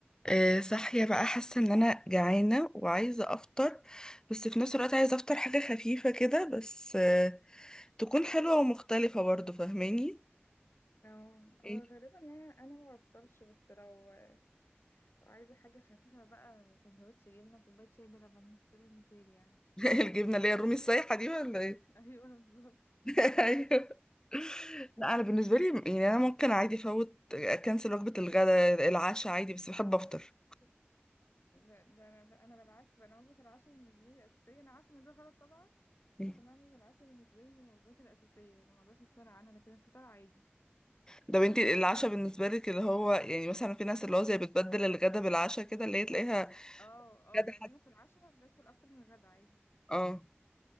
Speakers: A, on the left (about 20°); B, on the left (about 75°).
A: آه، صاحية بقى حاسة ان انا جعانة وعايزة افطر بس في نفس الوقت عايزة افطر حاجة خفيفة كده بس آه، تكون حلوة ومختلفة برضو فاهماني
B: أو-
A: ايه
B: هو غالبا يعني انا ما بفطرش بس لو لو عايزه حاجه خفيفه بقى سندوتش جبنه كوبايه شاي بلبن فطوري المثالي يعني
A: <laughs> الجبنة اللي هي الرومي السايحة دي ولا ايه
B: <laughs> ايوه بالظبط
A: <laughs> ايوه لا انا بالنسبة لي يعني انا ممكن عادي افوت آه، اكنسل وجبة الغداء العشاء عادي بس بحب افطر
B: لا ده انا انا بالعكس بقى، انا وجبه العشاء بالنسبه لي اساسيه انا عارفه ان ده غلط طبعا
A: <laughs>
B: بس انا وجبه العشاء بالنسبه لي من الوجبات الاساسيه انا ما اقدرش استغنى عنها لكن الفطار عادي
A: ده بنتي العشاء بالنسبة لك اللي هو يعني مثلا في ناس اللي هو زي بتبدل الغدا بالعشاء كده اللي هي تلاقيها
B: اه اه
A: غدا
B: يعني
A: حد
B: انا في العشاء باكل اكتر من الغدا عادي
A: اه